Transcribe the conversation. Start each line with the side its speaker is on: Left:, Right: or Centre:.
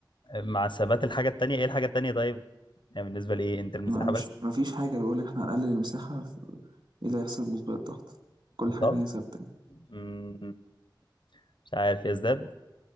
Left: مع ثبات الحاجة التانية إيه الحاجة التانية طيب يعني بالنسبة لإيه أنت المساحة
Right: ما مش
Left: بس
Right: ما فيش حاجة بيقول لك احنا هنقلل المساحة ف- ايه اللي هيحصل بالنسبة للضغط كل
Left: الضغط
Right: حاجة تانية ثابتة يعني.
Left: مم، مش عارف يزداد